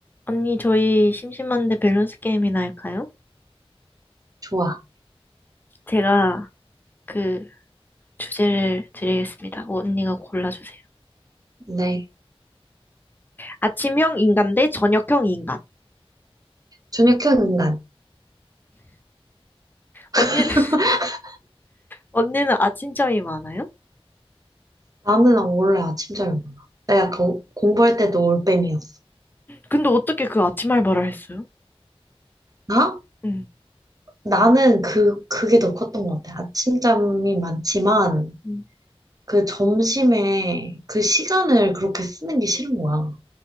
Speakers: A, on the left; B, on the right.
A: 언니, 저희 심심한데 밸런스 게임이나 할까요?
B: 좋아.
A: 제가 그 주제를 드리겠습니다. 언니가 골라주세요.
B: 네.
A: 아침형 인간 대 저녁형 인간.
B: 저녁형 인간. <laughs>
A: 언니는, <laughs> 언니는 아침잠이 많아요?
B: 나는 안래 아침 잘 먹어. 나 약간 공부할 때도 올빼미였어.
A: 근데 어떻게 그 아침 알바를 했어요?
B: 나?
A: 응.
B: 나는 그, 그게 더 컸던 것 같아. 아침잠이 많지만,
A: 음,
B: 그 점심에 그 시간을 그렇게 쓰는 게 싫은 거야.